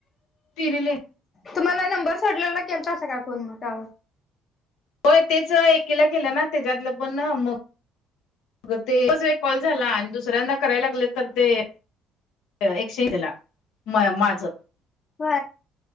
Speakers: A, on the left; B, on the left.
A: तिरीले
B: तुम्हाला नंबर सोडलेला केलतासां काय फोन मग त्यावर?
A: हो तेच एकीला केलं ना त्याच्यातलं पण मग अग ते एकच वेळ कॉल झाला आणि दुसऱ्यांदा करायला लागले तर ते एकशेला म माझं!
B: होय